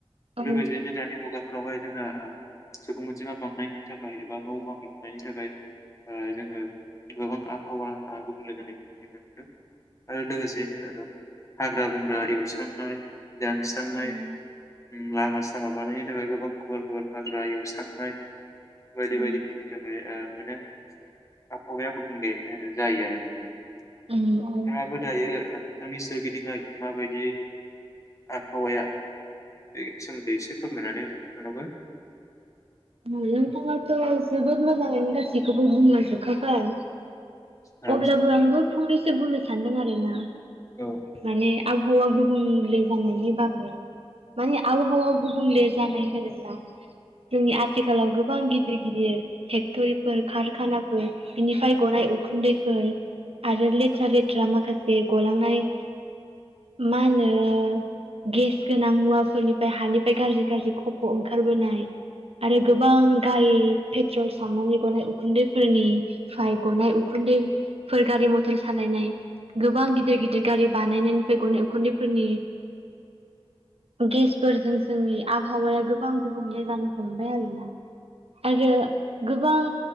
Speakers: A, on the right; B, on the left.
A: औ
B: लोगोसेैनो दानि मुगाफोरावहाय <inaudible> सुबुं अनजिमा बांनायनि थाखाय एबा न' बां लुनायनि थाखाय ओ जोङो गोबां आबहावा गुबुंले जानायखौ नुनो मोनदों आरो ओ‌ लोगोसेयैनो हाग्रा बंग्रा एवस्रांनाय दानस्रांनाय
A: उम
B: उम लामा सामा बानायनो थाखाय गोबां गुवार गुवार हा हाग्रा एवस्रांनाय बायदि‌
A: उम
B: बायदिफोरनि थाखाय ओ माने आबहावाया गुबुंले ओ जायो आरो जोंनिया नोंथाङा
A: उम औ
B: बो दायो ओ बिथांनि सोरगिदिं मा बायदि आबहावाया बेनि सोमोन्दै एसे फोरमायनानै नोंथांआबो
A: नोंथाङाथ' जोबोद मोजांङैनो गासैखौबो बुंलांजोबखाबाय
B: औ
A: अब्लाबो आंबो फंनैसो बुंनो सै सान्दों आरोना
B: औ
A: माने आं आबहावा गुबुंले जानायनि बागै माने आबहावा गुबुंले जानाय होनोब्ला जोंनि आ आथिखालाव गोबां गिदिर गिदिर पेक्ट'रिफोर कारखानाफोर बिनिफ्राय गनाय उखुन्दैफोर आरो लेथ्रा लेथ्रा माखासे गलांनाय मा होनो गेस गोनां मुवाफोरनिफ्राय हानिफ्राय गाज्रि गाज्रि खफ' ओंखारबोनाय आरो गोबां गारि पेट्रल सावनानै गनाय उखुन्दैफोरनिफ्राय गनाय उखुन्दैफोर गारि मथर सालायनाय गोबां गिदिर गिदिर गारि बानायनायनिफ्राय गनाय उखुन्दैफोरनि गेसफोरजों जोंनि आबहावाया गोबां गुबुंले जानो हमबाय आरोना आरो गोबां